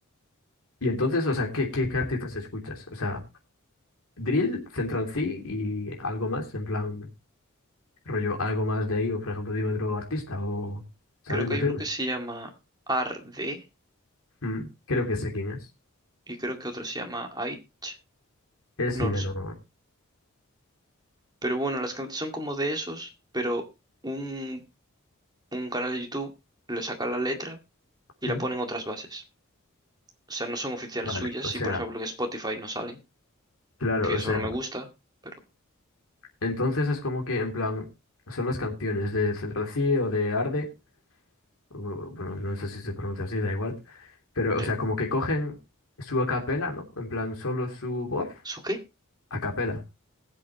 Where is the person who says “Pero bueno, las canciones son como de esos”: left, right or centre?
Right